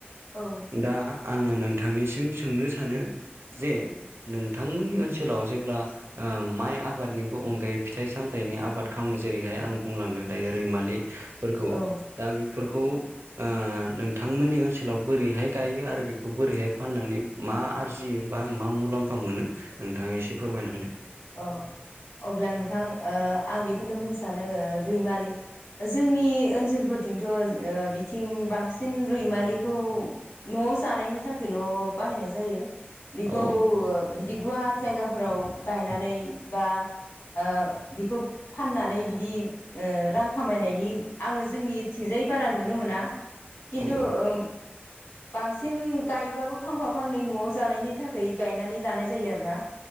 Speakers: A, on the left; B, on the right.
A: औ
B: दा आङो नोंथांनिसिम सोंनो सानो जेह नोंथांमोनि ओनसोलाव जेब्ला ओ माइ आबादनिबो अनगायै फिथाइ सामथाइनि आबाद खामो जेरैहाय आं बुंलांनो दायो रैमालिफोरखौ
A: औ
B: दा बेफोरखौ ओ नोंथांमोनि ओनसोलाव बोरैहाय गायो आरो बेखौ बोरैहाय फाननानै मा आरजियो बा मा मुलाम्फा मोनो नोंथांआ एसे फोरमायना होदों
A: ओ अब्ला नोंथां ओ आं बेखौनो बुंनो सानो रैमालि जोंनि ओनसोलफोरथिंथ'ओ बिथिं बांसिन रैमालिखौ न'आव जानायनि थाखायल' बाहायनाय जायो बेखौ
B: औ
A: ओ बिदि गुवार जायगाफोराव गायनानै बा ओ बिखौ फाननानै बिदि ओ रां खामायनायनि आङो जोंनिथिंजाय बारा नुनो मोना खिन्थु
B: औ
A: ओम बांसिन गायबाबो फांफा फांनै न'आव जानायनि थाखाय गायनानै लानाय जायो आरो ना